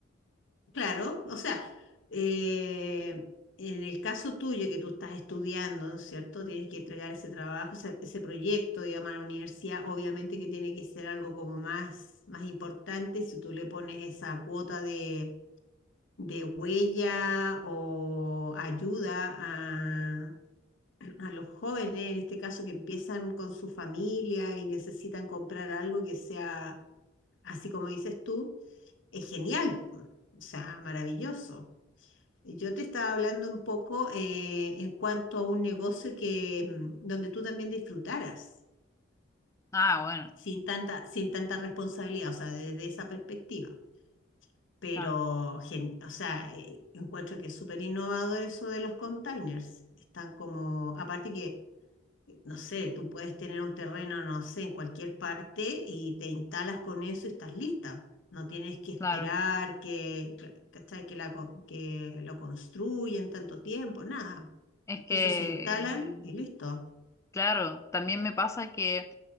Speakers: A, on the left; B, on the left.
A: claro. O sea, eh, en el caso tuyo que tú estás estudiando, ¿no es cierto? Tienes que entregar ese trabajo, ese, ese proyecto, digamos, a la universidad. Obviamente que tiene que ser algo como más, más importante. Si tú le pones esa cuota de de huella o ayuda a, a los jóvenes, en este caso que empiezan con su familia y necesitan comprar algo que sea así como dices tú, es genial, pues, o sea, maravilloso. Yo te estaba hablando un poco eh, en cuanto a un negocio que, mm, donde tú también disfrutaras,
B: Ah, bueno,
A: sin tanta, sin tanta responsabilidad, o sea, desde esa perspectiva. Pero,
B: ah,
A: gen- o sea, eh, encuentro que es súper innovador eso de los containers. Están como, aparte que, eh, no sé, tú puedes tener un terreno, no sé, en cualquier parte y te instalas con eso y estás lista. No tienes que esperar
B: claro.
A: que, cl- ¿cachai? que, la co- que lo construyen tanto tiempo, nada.
B: Es que,
A: Eso se instalan y listo.
B: claro, también me pasa que